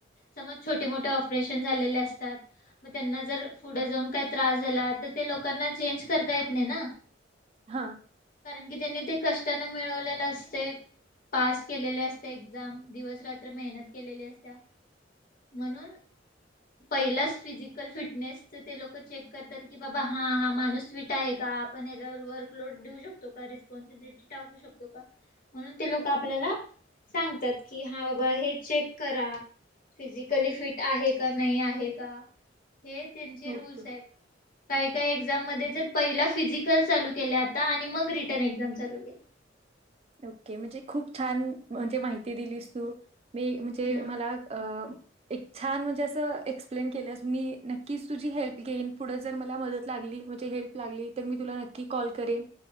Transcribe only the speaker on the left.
समज छोटे मोठे ऑपरेशन झालेले असतात म त्यांना जर पुढे जाऊन काय त्रास झालात. तर ते लोकांना चेंज करता येत नाही ना.
कारण की त्यांनी ते कष्टान मिळवलेले असतय. पास केलेली असत्या एक्झाम दिवसरात्र मेहनत केलेली असत्या. म्हनून पहिलाच फिजिकल फिटनेस च ते लोक चेक करतात की बाबा हां हा माणूस फिट आहे का आपण ह्याच्यावर वर्क लोड देऊ शकतो का रिस्पॉन्सिबिलिटी टाकू शकतो का म्हणून ते लोक आपल्याला सांगतात कि हां बाबा हे चेक करा फिजिकली फिट आहे का नाही आहे का. ते त्यांचे रूल्स
आहेत काही काही मध्ये जर पहिला फिजिकल चालू केलय आता आणि मग रिटर्न एक्झाम चालू केले.
हा